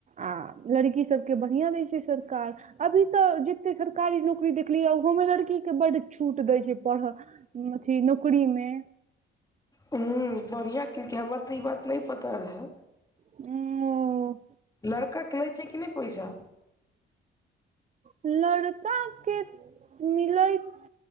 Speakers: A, on the right; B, on the left.
A: आ लड़की सबके बढ़िया दै छै सरकार अभी तऽ जतेक सरकारी नौकरी देखलियै ओहोमे लड़कीके बड्ड छूट दैत छै पढ़ऽ अथि नौकरी मे
B: हूँ बढ़िया केलकै हमरा तऽ ई बात नहि पता रहै
A: <unintelligible> ओ
B: लड़का केँ लै छै कि नहि पैसा
A: लड़का केँ मिलैत